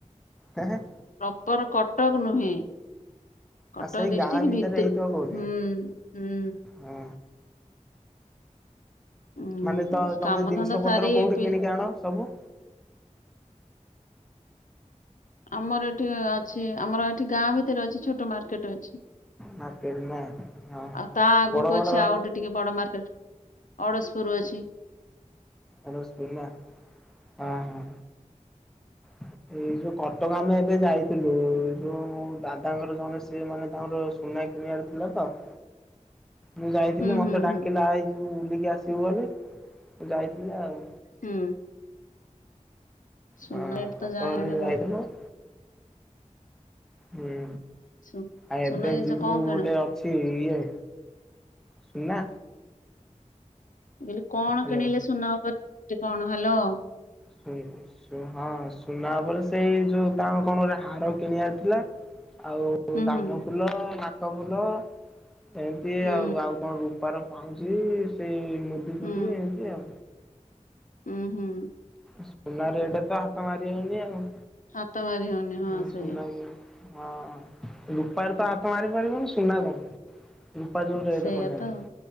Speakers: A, in the centre; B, on the left.
A: ହେଁ ହେଁ।
B: ପ୍ରପର କଟକ ନୁହେଁ। କଟକ
A: ଆଉ ସେଇ
B: ଡିଷ୍ଟ୍ରିକ୍ଟ
A: ଗାଁ ଭିତରେ
B: ଭିତୁର
A: ହେଇଥିବ କୋଉଠି
B: ହୁଁ ହୁଁ।
A: ହଁ।
B: ଉଁ
A: ମାନେ ତ ତମେ
B: କାମ
A: ଜିନିଷ
B: ଧନ୍ଦା
A: ପତ୍ର
B: ସାରି
A: କୋଉଠି
B: ପିଲା
A: କିଣିକି ଆଣ ସବୁ।
B: ଆମର ଏଠି ଅଛି ଆମର ଏଠି ଗାଁ ଭିତରେ ଅଛି ଛୋଟ ମାର୍କେଟ ଅଛି।
A: ମାର୍କେଟ ନା ହଁ।
B: ଆଉ ତା ଆଗକୁ
A: ବଡ ବଡ
B: ଅଛି ଆଉ ଗୋଟେ ଟିକେ ବଡ ମାର୍କେଟ। ଅଡ଼ଶପୁର ଅଛି।
A: ଅଡସପୁର ନାଁ ହଁ ହଁ ଏଇ ଯୋଉ କ କଟକ ଆମେ ଏବେ ଯାଇଥିଲୁ ଯୋଉ ଦାଦାଙ୍କର ଜଣେ ସିଏ ମାନେ ତାଙ୍କର ସୁନା କିଣିବାର ଥିଲା ତ। ହଁ। ମୁଁ ଯାଇଥିଲି
B: ହୁଁ
A: ମତେ
B: ହୁଁ
A: ଡାକିଲା
B: ହୁଁ
A: ଆଇ ବୁଲିକି ଆସିବୁ ବୋଲି ମୁଁ ଯାଇଥିଲି ଆଉ।
B: ହୁଁ। ସୁନା
A: ହଁ
B: ରେଟ ତ
A: କଟକ
B: ଯାହା ହେଣେ
A: ଯଉ ଯାଇଥିନୁ।
B: କୋଉଠି
A: ହୁଁ
B: ସୁ
A: ଆଉ ଏବେ
B: ସୁନା ଜିନିଷ
A: ଯିବୁ
B: କଣ କିଣା
A: ଗୋଟେ ଅଛି ଇଏ ସୁନା।
B: ବୋଲି କଣ
A: ହାଲୋ
B: କିଣିଲେ ସୁନା ଉପରେ କଣ ହାଲୋ।
A: ସୁ ସୁ ହଁ ସୁନା ଉପରେ ସେଇ ଯୋଉ ତାଙ୍କ କଣ ଗୋଟେ ହାର କିଣିବାର ଥିଲା। ଆଉ
B: ହୁଁ
A: କାନ
B: ହୁଁ
A: ଫୁଲ ନାକ ଫୁଲ ଏମିତି
B: ହୁଁ
A: ଆଉ ଆଉ କଣ ରୁ ପାର ପାଉଁଜି ସେଇ ମୁଦି
B: ହୁଁ
A: ଫୁଦି ଏନ୍ତି ଆଉ।
B: ହୁଁ ହୁଁ।
A: ସୁନା ରେଟ ତ ହାତ ମାରି ହଉନି ଆଉ।
B: ହାତ ମାରି ହଉନି ହଁ
A: ହୁଁ
B: ସେଇଆ
A: ସୁନା ଆଜ୍ଞା। ହଁ ରୂପାର ତ ହାତ ମାରି ପାରିବନି ସୁନା କଣ ରୁପା ଯଉ ରେଟ
B: ସେଇଆ
A: କଲାଣି
B: ତ ଆଉ